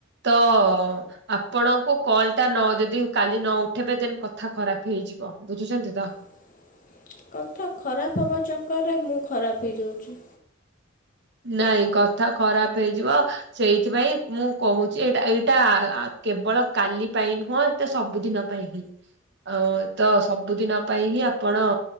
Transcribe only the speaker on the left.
ହ କଥା ଖରାପ ହବା ଚକର୍ ରେ ମୁଁ ଖରାପ ହେଇଯାଉଛି।